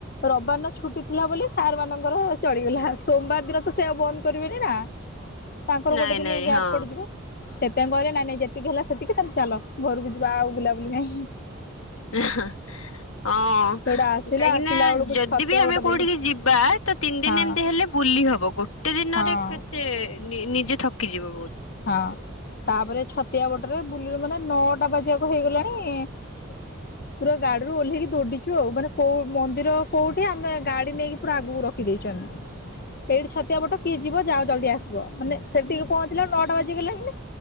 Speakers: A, on the left; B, on the left.
A: ରବାରନ ଛୁଟି ଥିଲା ବୋଲି ସାର୍ ମାନଙ୍କର ଚଳିଗଲା ସୋମବାର ଦିନ ତ ସେ ଆଉ ବନ୍ଦ କରିବେନି ନା। ତାଙ୍କର
B: ନାଇଁ
A: ଗୋଟେ ଦିନି
B: ନାଇଁ
A: ଗ୍ୟାପ
B: ହଁ
A: ପଡ଼ିଯିବ। ତେଁ କହିଲେ ନାଁ ନାଇଁ ଯେତିକି ହେଲା ସେତିକି ତମେ ଚାଲ ଘରୁକୁ ଯିବା ଆଉ ବୁଲାବୁଲି ନାହିଁ।
B: ଏଁ ହଁ ଅଁ
A: ସେଉଟା
B: କାହିଁକି
A: ଆସିଲା ଆସିଲା
B: ନା
A: ବେଳକୁ
B: ଯଦି
A: ଛତିଆ
B: ବି ଆମେ
A: ବଟ ଦେଇକି
B: କୋଉଠିକି ଯିବା ତ ତିନି ଦିନ
A: ହଁ
B: ଏମତି ହେଲେ ବୁଲି ହବ ଗୋଟେ ଦିନରେ
A: ହଁ
B: କେ ତେ ନି ନିଜେ ଥକିଯିବୁ ବୋହୁ
A: ହଁ। ତାପରେ ଛତିଆ ବଟରେ ବୁଲିିଲୁ ମାନେ ନଅଟା ବାଜିଆକୁ ହେଇଗଲାଣି ପୁରା ଗାଡ଼ିରୁ ଓହ୍ଲେଇକି ଦୌଡିଚୁ ଆଉ ମାନେ କୋଉ ମନ୍ଦିର କୋଉଠି ଆମେ ଗାଡି ନେଇକି ପୁରା ଆଗୁକୁ ରଖିଦେଇଚନ୍ତି। ଏଇଠି ଛତିଆ ବଟ
B: ହୁଁ
A: କିଏ ଯିବ ଯାଅ ଜଲଦି ଆସିବ ମାନେ ସେଠିକି ପହଞ୍ଚିଲା ନଅଟା ବାଜିିଗଲା ହିନେ।